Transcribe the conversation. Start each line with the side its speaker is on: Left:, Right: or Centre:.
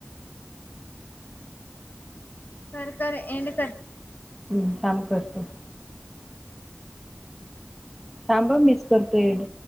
Left: कर करर एंड करते
Centre: हम्म छांम करतो सांभव मस् करपईड